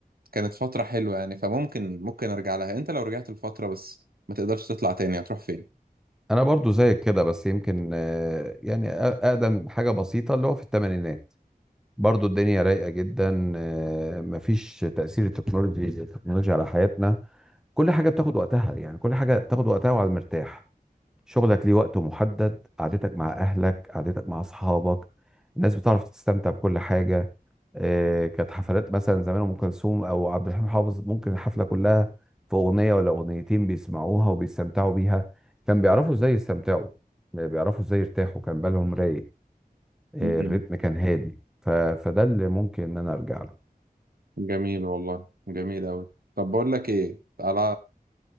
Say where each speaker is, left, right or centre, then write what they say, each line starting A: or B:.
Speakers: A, on the right; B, in the centre.
A: كانت فترة حلوة يعني فممكن ممكن ارجع لها انت لو رجعت الفترة بس ما تقدرش تطلع تاني هتروح فين
B: انا برضو زيك كده بس يمكن آه، يعني أ- اقدم حاجة بسيطة اللي هو في الثمانينات برضو الدنيا رايقة جدا آه، مفيش تأثير التكنولوجي التكنولوجيا على حياتنا كل حاجة بتاخد وقتها يعني كل حاجة بتاخد وقتها وعلى المرتاح شغلك ليه وقت محدد قعدتك مع أهلك قعدتك مع أصحابك الناس بتعرف تستمتع بكل حاجة آه، كانت حفلات مثلا زمان أم كلثوم أو عبد الحليم حافظ ممكن الحفلة كلها في أغنية ولا أغنيتين بيسمعوها وبيستمتعوا بيها كان بيعرفوا إزاي يستمتعوا بيعرفوا إزاي يرتاحوا كان بالهم رايق إيه،
A: مم.
B: الريتم كان هادي ف... فده اللي ممكن ان انا ارجع له
A: جميل والله جميل أوي طب بقول لك ايه تعالى